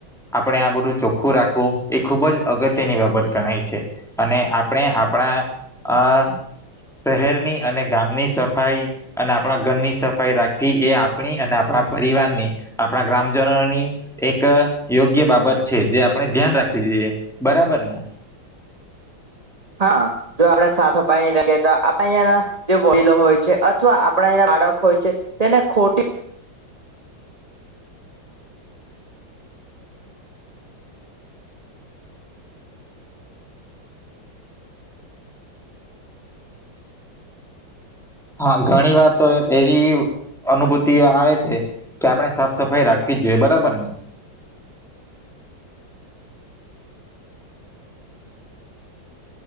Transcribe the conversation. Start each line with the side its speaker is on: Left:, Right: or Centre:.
Centre: આપણે આ બધું ચોખ્ખું રાખવું એ ખૂબ જ અગત્યની બાબત ગણાય છે અને આપણે આપણા શહેરની અને ગામની સફાઈ અને આપણા ઘરની સફાઈ રાખવી એ. આપણી અને આપણા પરિવારની આપણા ગ્રામજનોની એક યોગ્ય બાબત છે જે આપણે ધ્યાન રાખવી જોઈએ બરાબર ને.
Right: હા જો આપણે સાથો પાાઈ ન લખ તો આપણા અહયાના જે વડીલો હોય છે અથવા આપણા અંના બાળકો હોય છે તેને ખોટી.
Centre: હા ઘણી વાર તો એવી અનુભૂતિ આવે છે કે આપણે સાફ સફાઈ રાખવી જોઈએ બરાબર ને.